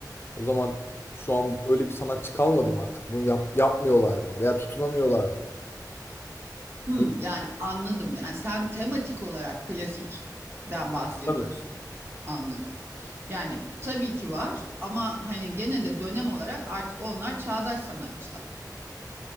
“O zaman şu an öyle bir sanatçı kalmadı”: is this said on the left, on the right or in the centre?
Left